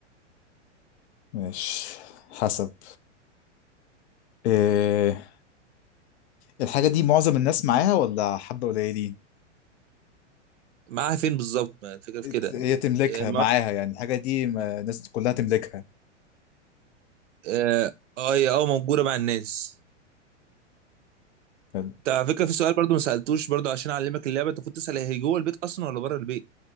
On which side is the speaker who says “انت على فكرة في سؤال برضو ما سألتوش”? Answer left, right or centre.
Right